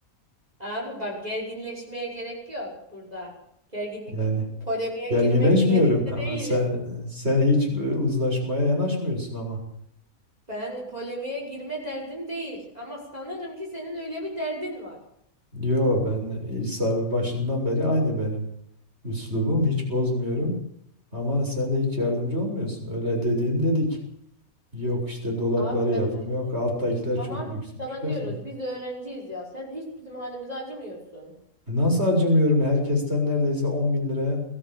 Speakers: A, on the right (about 25°); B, on the right (about 45°).
A: Abi bak gerginleşmeye gerek yok burada. Gerginlik
B: Yani
A: polemiğe
B: gerginleşmiyorum
A: girmek niyetinde
B: ama
A: değilim.
B: sen sen hiç bir uzlaşmaya yanaşmıyorsun ama.
A: Ben polemiğe girme derdim değil ama sanırım ki senin öyle bir derdin var.
B: Yo ben İsa başından beri aynı benim. Üslubum hiç bozmuyorum ama sen de hiç yardımcı olmuyorsun. Öyle dediğim dedik. Yok işte dolapları
A: Abi
B: yapım
A: ben öyle-
B: yok alttakiler
A: ama
B: çok
A: abi
B: lüksmüş
A: biz sana
B: defa.
A: diyoruz biz öğrenciyiz ya. Sen hiç bizim halimize acımıyorsun.
B: Nasıl acımıyorum? Herkesten neredeyse 10 bin liraya